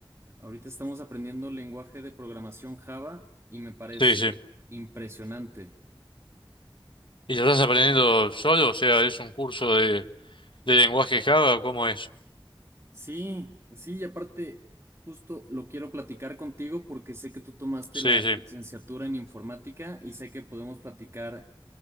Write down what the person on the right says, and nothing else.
Ahorita estamos aprendiendo lenguaje de programación Java y me parece
impresionante.
Sí, sí, y aparte, justo lo quiero platicar contigo porque sé que tú tomaste
la
licenciatura en informática y sé que podemos platicar